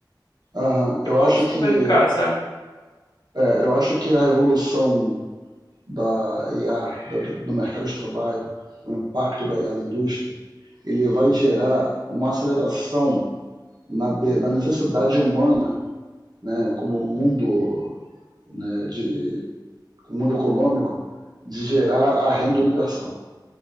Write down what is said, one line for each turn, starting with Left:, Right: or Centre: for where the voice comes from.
Right: Aham. Eu
Left: Que ponto
Right: acho
Left: isso
Right: que
Left: vai ficar, sabe?
Right: é, eu acho que a revolução da IA do, do mercado de trabalho, o impacto da IA na indústria, ele vai gerar uma aceleração na, de, na necessidade humana, né, como o mundo, né, de, o mundo econômico, de gerar a renda universal,